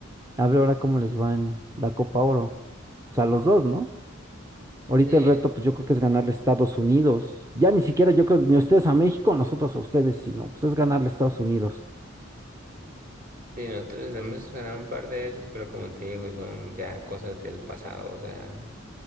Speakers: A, on the right; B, on the right.
A: A ver ahora cómo les va en la Copa Oro. O sea, los dos, ¿no? Ahorita
B: sí,
A: el reto, pues yo creo que es ganarle a Estados Unidos. Ya ni siquiera yo creo ni ustedes a México, nosotros a ustedes, sino pues es ganarle a Estados Unidos.
B: sí, nosotros hemos ganado un par de veces, pero como te digo, son ya cosas del pasado, o sea,